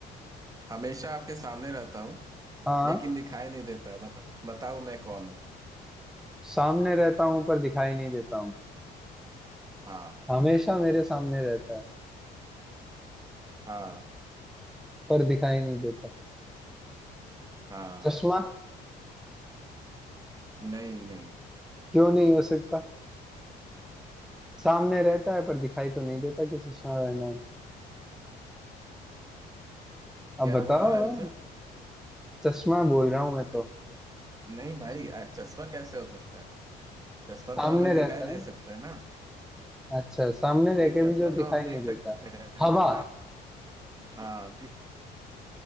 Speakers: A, on the right; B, in the centre.
A: हमेशा आपके सामने रहता हूँ
B: हाँ
A: लेकिन दिखाई नहीं देता बता, बताओ मैं कौन हूँ
B: सामने रहता हूँ पर दिखाई नहीं देता हूँ
A: हाँ
B: हमेशा मेरे सामने रहता है
A: हाँ
B: पर दिखाई नहीं देता
A: हाँ
B: चश्मा
A: नहीं नहीं
B: क्यों नहीं हो सकता सामने रहता है पर दिखाई तो नहीं देता कि चश्मा रहना है। अब
A: क्या
B: बताओ
A: बोला आंसर
B: चश्मा बोल रहा हूँ मैं तो
A: नहीं भाई आ, चश्मा कैसे हो सकता है चश्मा
B: सामने
A: तो हमें दिखाई
B: रहता
A: दे
B: है
A: सकता है ना
B: अच्छा सामने रह
A: वही
B: के
A: चश्मा
B: भी जो दिखाई
A: तो हम देख
B: नहीं देता
A: सकते
B: है
A: हैं
B: हवा
A: ना हाँ दि-